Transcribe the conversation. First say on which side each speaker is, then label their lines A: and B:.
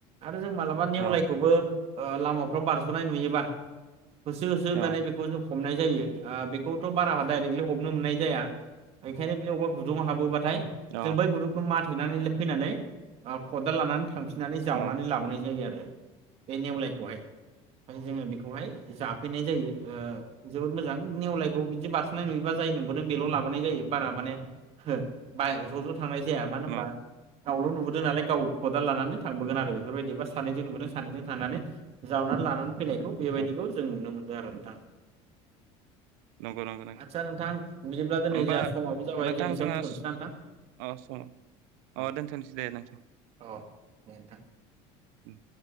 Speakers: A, on the right; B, on the right.
A: आरो। जों मालाबा नेवलायखौबो
B: औ
A: लामाफ्राव बारस'नाय नुयोबा। होसो होसो
B: औ
A: माने बेखौ जों हमनाय जायो। बेखौथ' बारा डायरेक्टलि हमनो मोननाय जाया बेखायनो बे अबेबा गुदुंङाव हाबोबा ओमफ्राय
B: औ
A: जों बै गुदुंखौ माथेनानै फैनानै खदाल लानानै थांफिननानै जावनानै
B: न
A: लाबोनाय जायो आरो। बे नेवलायखौहाय जोङो बेखौहाय जाफैनाय जायो ओ जोबोद मोजां नेवलायखौ बिदि बारस'नाय नुयोबा जाय नुबोदों बेल' लाबोनाय जायो बारा माने बा ज' ज' थांनाय जाया मानो होमबा
B: न
A: गावल' नुबोदों नालाय गाव खदाल लानानै थांबोगोन आरो बेफोरबायदिबा सानैजों नुबोदों सानैजों थांनानै जावनानै लानानै फैनायखौ बेबायदिखौ
B: न
A: जों नुनो मोनो बिदि आरो नोंथां
B: नंगौ नंगौ
A: आतसा नोंथां बिदिब्ला दिनै
B: होमबा
A: जोंहा समाबो जाबाय
B: नोंथां
A: जों एसेबयावनो
B: जोंहा
A: दोनथ'नोसै
B: अ
A: ना नोंथां
B: सम
A: औ
B: अ दोनथ'नोसै दे नोंथां
A: औ दे नोंथां
B: उम